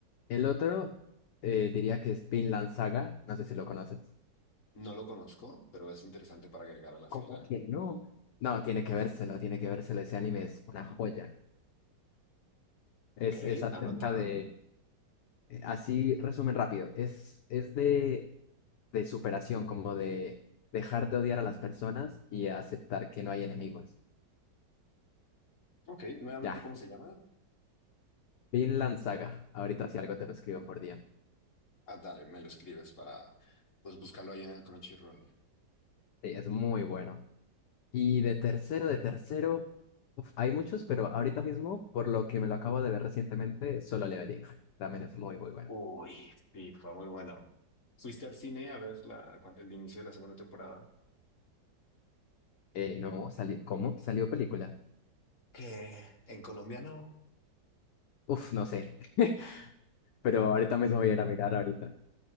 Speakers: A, on the left; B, on the left.
A: El otro eh, diría que es Vinland Saga. No sé si lo conoces.
B: No lo conozco, pero es interesante para agregar a la
A: ¿Cómo
B: fila.
A: que no? No, tiene que vérselo, tiene que vérselo. Ese anime es una joya.
B: Ok,
A: Es, es acerca
B: anotado.
A: de, eh, así resumen rápido, es, es de, de superación, como de dejar de odiar a las personas y aceptar que no hay enemigos.
B: Ok, nuevamente,
A: Ya,
B: ¿cómo se llama?
A: Vinland Saga, ahorita si algo te lo escribo por DM.
B: Ah, dale, me lo escribes para, pues, buscarlo ahí en el Crunchyroll.
A: Sí, es muy bueno. Y de tercero, de tercero, uf, hay muchos, pero ahorita mismo, por lo que me lo acabo de ver recientemente, Solo Leveling, también es muy, muy bueno.
B: Uy, sí, fue muy bueno. Fuiste al cine a ver la, cuan- el inicio de la segunda temporada.
A: Eh, no, salió, ¿cómo? ¿Salió película?
B: Que en Colombia no.
A: Uf, no sé, <laughs> pero ahorita mismo voy a ir a mirar ahorita.